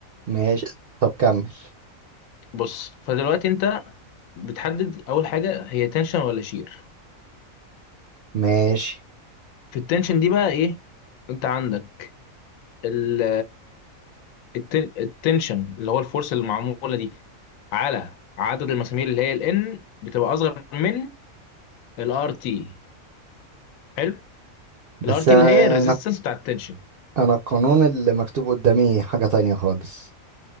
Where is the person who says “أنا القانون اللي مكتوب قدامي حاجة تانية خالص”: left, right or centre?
Right